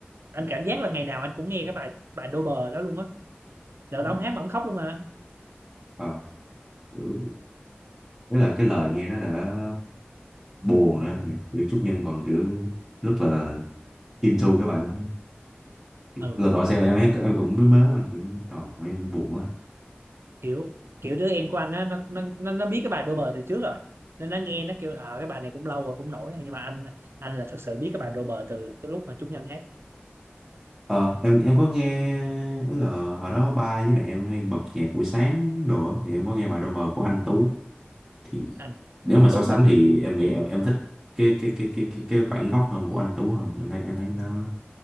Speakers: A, on the right; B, in the centre.
A: anh cảm giác là ngày nào anh cũng nghe cái bài bài đô bờ đó luôn á đợt đó
B: ờ
A: ông hát mà ông khóc luôn mà
B: ờ. Kiểu- Đấy là cái lời nghe nó đã buồn rồi á. kiểu Trúc Nhân còn kiểu rất là into cái bài đó
A: ừ
B: lần đầu xem em em cũng mới mếu anh kiểu ờ nghe buồn quá
A: kiểu kiểu đứa em của anh á nó nó nó, nó biết cái bài đô bờ từ trước rồi nên nó nghe nó kêu ờ cái bài này cũng lâu rồi cũng nổi rồi. nhưng mà anh anh là thật sự biết cái bài đô bờ từ cái lúc mà Trúc Nhân hát
B: Ờ, em em có nghe tức là hồi đó ba với mẹ em hay bật nhạc buổi sáng đồ á, thì em có nghe bài Rover của anh Tú thì
A: anh
B: nếu
A: anh
B: mà so
A: Tú
B: sánh
A: à
B: thì em nghĩ em em thích cái cái cái cái cái cái bản gốc hơn của anh Tú hơn em thấy em thấy nó